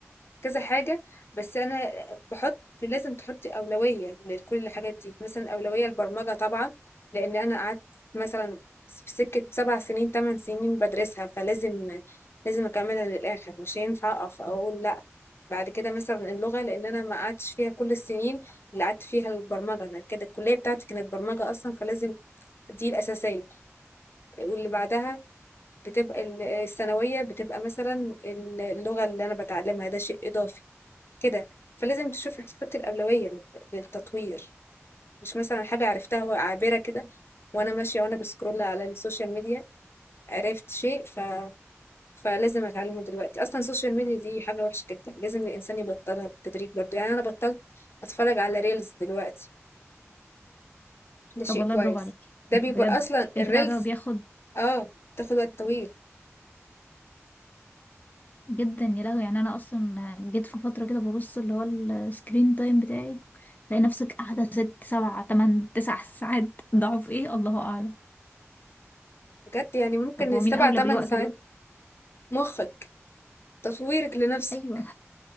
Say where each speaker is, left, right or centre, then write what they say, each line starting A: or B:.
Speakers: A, on the left; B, on the left.
A: كذا حاجة بس أنا بحط لازم تحطي أولوية لكل الحاجات دي مثلا أولوية البرمجة طبعا لأن أنا قعدت مثلا في سكة سبع سنين تمن سنين بدرسها فلازم لازم أكملها للآخر مش هينفع أقف أو أقول لأ بعد كده مثلا اللغة لأن أنا ما قعدتش فيها كل السنين اللي قعدت فيها البرمجة أنا كده الكلية بتاعتي كانت برمجة أصلا فلازم دي الأساسية واللي بعدها بتبقى ال- الثانوية بتبقى مثلا اللغة اللي أنا بتعلمها ده شيء إضافي كده فلازم تشوف تحط الأولوية لل- للتطوير مش مثلا حاجة عرفتها وعابرة كده وأنا ماشية وأنا بسكرول على السوشيال ميديا عرفت شيء ف... فلازم أتعلمه دلوقتي أصلا السوشيال ميديا دي حاجة وحشة جدا لازم الإنسان يبطلها بالتدريج برضه يعني أنا بطلت أتفرج على ريلز دلوقتي ده شيء
B: طب والله
A: كويس
B: برافو عليكي
A: ده
B: <laughs> بجد
A: بيبقى اصلا
B: البتاع
A: الريلز
B: ده بياخد
A: اه بتاخد وقت طويل
B: جدا يا لهوي يعني انا اصلا جيت في فتره كده ببص اللي هو السكرين تايم بتاعي تلاقي نفسك قاعده ست سبع تمن تسع ساعات ضعف ايه الله اعلم
A: بجد يعني ممكن
B: طب هو
A: سبع
B: مين اولى
A: تمن
B: بالوقت
A: ساعات
B: ده
A: مخك تصويرك لنفسك
B: ايوه